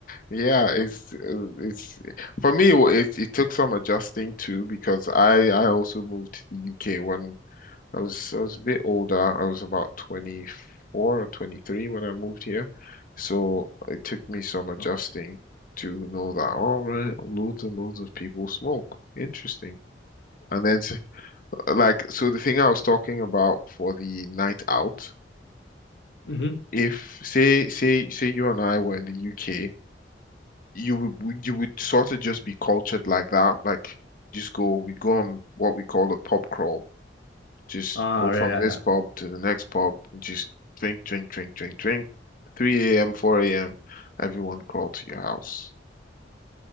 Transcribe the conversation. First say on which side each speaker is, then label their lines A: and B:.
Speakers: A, on the left (about 50°); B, on the left (about 70°).
A: Yeah, it's uh, it's for me. It, wa- it it took some adjusting too because I I also moved to the UK when I was I was a bit older. I was about 24 or 23 when I moved here. So it took me some adjusting
B: <laughs> Wow.
A: to know that, all right, loads and loads of people smoke. Interesting. And then, s- like, so the thing I was talking about for the night out,
B: Mm-hmm.
A: if say say say you and I were in the UK, you would would- you would sort of just be cultured like that, like just go, we'd go on what we call a pub crawl. Just
B: Oh,
A: go from
B: yeah, yeah,
A: this
B: yeah.
A: pub to the next pub and just drink, drink, drink, drink, drink. 3 a.m., 4 a.m., everyone crawl to your house.